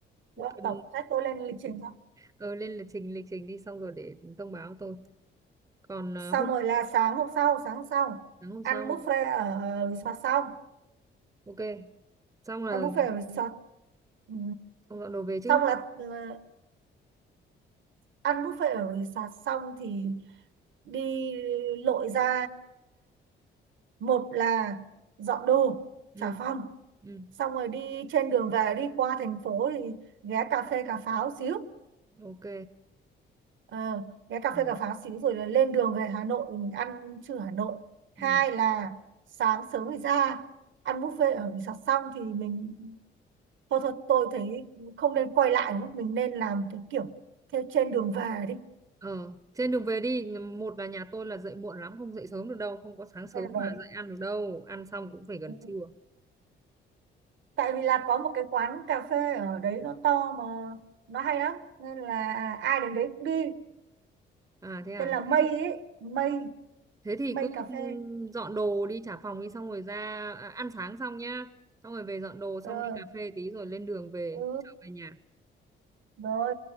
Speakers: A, on the right; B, on the right.
A: Nếu
B: Rồi,
A: cần
B: tổng sách tôi lên lịch trình xong
A: ờ, lên lịch trình lịch trình đi xong rồi để thông báo tôi. Còn ờ,
B: xong
A: hôm
B: rồi là sáng hôm sau sáng hôm sau
A: sáng hôm
B: ăn
A: sau.
B: buffet ở resort xong
A: Ok. Xong là
B: ăn buffet ở resort ừ.
A: xong dọn đồ về chứ.
B: xong là ờ, ăn buffet ở resort xong thì đi lội ra một là dọn đồ
A: Ừ.
B: xà phòng
A: Ừ,
B: xong rồi đi trên đường về đi qua thành phố thì ghé cà phê cà pháo xíu
A: ok.
B: ờ, ghé cà
A: Ừ.
B: phê cà pháo xíu rồi là lên đường về Hà Nội thì mình ăn trưa Hà Nội hai
A: Ừ.
B: là sáng sớm thì ra ăn buffet ở resort xong thì mình thôi thôi tôi thấy không nên quay lại nữa mình nên làm cái kiểu theo trên đường về đi
A: Ờ, trên đường về đi, một là nhà tôi là dậy muộn lắm, không dậy sớm được đâu, không có sáng sớm
B: trên đường
A: mà
B: về
A: dậy
B: đi
A: ăn được đâu, ăn xong cũng phải gần
B: Ừ.
A: trưa.
B: tại vì là có một cái quán cà phê ở đấy nó to mà nó hay lắm nên là à, ai đến đấy cũng đi
A: À thế à,
B: tên là Mây
A: thế thì,
B: ấy Mây
A: thế thì
B: Mây
A: cứ
B: cà phê
A: dọn đồ đi trả phòng đi, xong rồi ra à, ăn sáng xong nhá, xong rồi về dọn đồ, xong
B: ờ
A: đi cà phê tí rồi lên đường về,
B: ừ
A: trở về nhà.
B: rồi